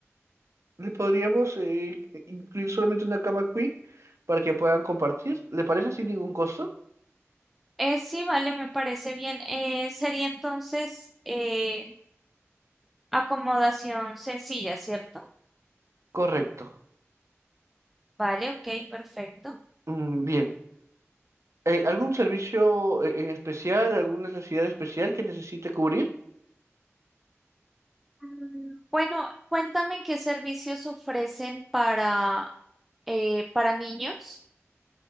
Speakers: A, on the right; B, in the centre.
A: Le podríamos eh, incluir solamente una cama queen para que puedan compartir. ¿Le parece sin ningún costo?
B: Eh, sí, vale, me parece bien. Eh, sería entonces eh, acomodación sencilla, ¿cierto?
A: Correcto.
B: Vale, ok, perfecto.
A: Mm, bien. Eh, ¿algún servicio eh, en especial, alguna necesidad especial que necesite cubrir?
B: Mm, Bueno, cuéntame qué servicios ofrecen para, eh, para niños.